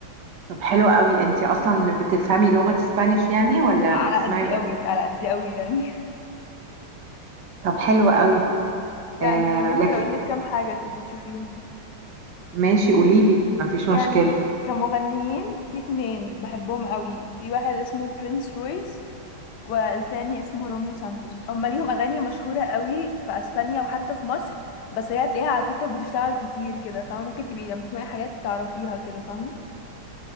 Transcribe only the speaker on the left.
على
قدي
قوي على قدي قوي يعني <laughs>
يعني
ممكن
اقول لك كام حاجه تبي تشوفيهم
يعني
كمغنيين في اتنين بحبهم قوي في واحد اسمه برنس رويس والتاني اسمه روميو سانتوس هما ليهم اغاني مشهوره قوي في اسبانيا وحتى في مصر بس هي هتلاقيها على تيك توك بتشتغل كتير كده فاهمه ممكن تبقي لما تسمعي حاجات تعرفيها كده فاهمه